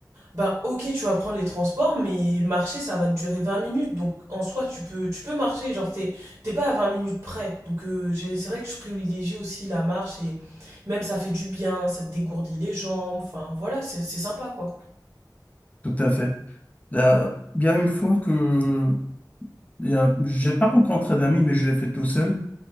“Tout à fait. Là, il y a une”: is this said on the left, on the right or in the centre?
Left